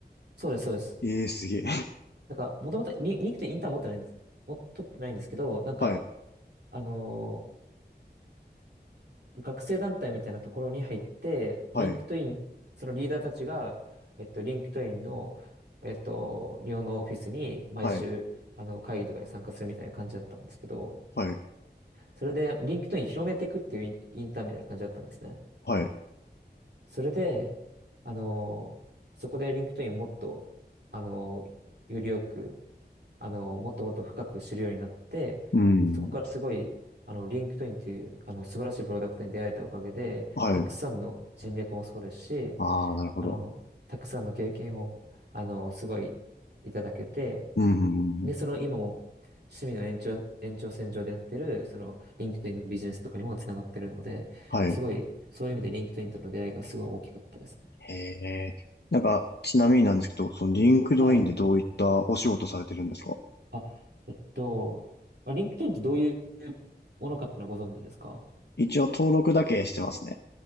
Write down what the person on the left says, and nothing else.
ええ、すげえ。
<laughs> はい。
はい。
はい。
はい。
はい。
うん。
はい。
ああ、なるほど。
うん。
はい。
へえ。なんか、ちなみになんですけど、そのリンクドインでどういったお仕事されてるんですか
一応登録だけしてますね。